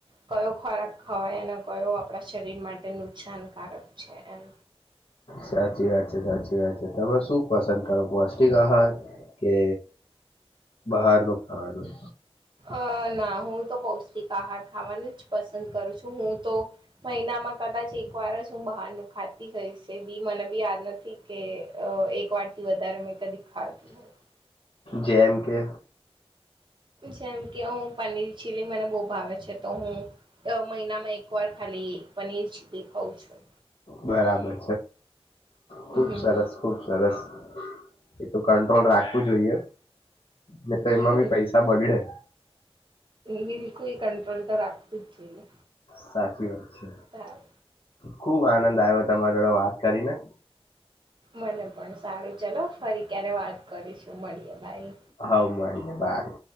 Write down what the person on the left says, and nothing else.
સાચી વાત છે સાચી વાત છે તમે શું પસંદ કરો પૌષ્ટિક આહાર કે બહાર ન ખાવાનુંનું
જે એમ કે
બરાબર ખુબ
સરસ ખુબ સરસ એ તો કંટ્રોલ રાખવું જોઈએ ને તો
એમાં બી પૈસા બગડે
સાચી વાત છે
ખુબ આનંદ આવ્યો તમારા જોડે વાત કરીને
હા મળીએે બાય